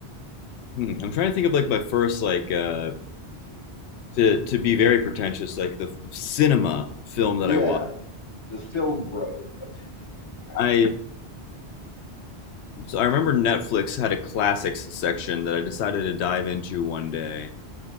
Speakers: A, on the left; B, on the left.
A: Hmm, I'm trying to think of like my first like uh, to to be very pretentious like the cinema film that
B: yeah,
A: I watched.
B: the film bro opinion kind
A: I
B: of thing. <laughs>
A: so I remember Netflix had a classics section that I decided to dive into one day,